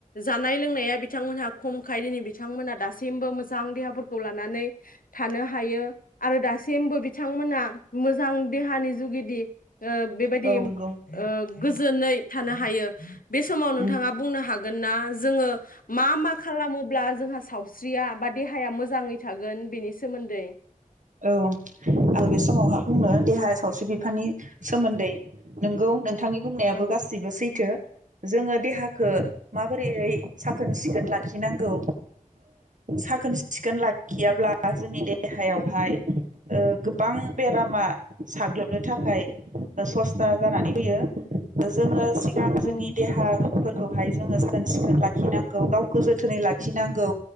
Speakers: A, on the left (about 85°); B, on the right (about 65°).
A: जानाय लोंनाया बिथांमोनहा खमखाय दिनै बिथांमोनहा दासिमबो मोजां देहाफोरखौ लानानै थानो हायो आरो दासिमबो बिथांमोना मोजां देहानि जुगिदि ओ बेबायदि
B: औ नंगौ
A: ओ जोनै था हायो बे समाव नोंथाङा
B: उम
A: बुंनो हागोन ना जोङो मा मा खालामोब्ला जोंहा सावस्रि स्रिया बा देहाया मोजाङै थागोन बेनि सोमोन्दै
B: औ आंबो बे समावहाब बुंनो देहाया सावस्रि बिफाननि सोमोन्दै नोंगौ नों बिथांनि बुंनायाबो
A: औ
B: गासिबो सैथो जोङो देहाखौ माबोरैहै साखोन सिखोन लाखिनांगौ साखोन ओ सिखोन लाखियाब्ला जोंनि देहायाव हाय ओ गोबां बेरामा साग्लोबनो थाखाय सस्था जानानै फैयो जोङो सिगां जोंनि
A: उम
B: देहा फोरखौहाय जोङो साखोन सिखोन लाखिनांगौ गावखौ जोथोनै लाखिनांगौ